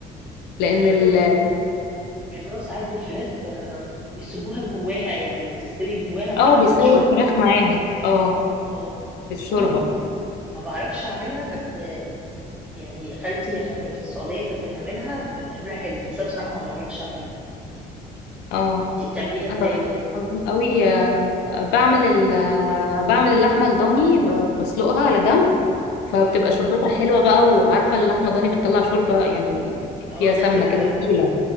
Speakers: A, on the left; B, in the centre.
A: لأن
B: بيعملوا
A: ال
B: كمان بيعملوها ساعات بالفراخ آه، بيسيبوها جواها يعني تستوي جواها مع
A: اه
B: الشوربه
A: بيسووا الفراخ معاها اه
B: اه
A: في الشوربة
B: وانا ما بعرفش اعملها بس آه، يعني خالتي عشان كانت في السعوديه كانت بتعملها بتعملها حلو بس أنا بصراحه ما بعرفش اعملها
A: اه
B: انتي بتعمليها ازاي
A: أنا
B: طيب
A: بحبهم قوي آه، بعمل ال آه، بعمل اللحمة الضاني ب- بسلقها على جنب فبتبقى
B: امم
A: شوربتها حلوة بقى وعارفة اللحمة الضاني بتطلع شوربة يعني
B: اه
A: فيها
B: دسمه
A: سمنة كده
B: قوي
A: تقيلة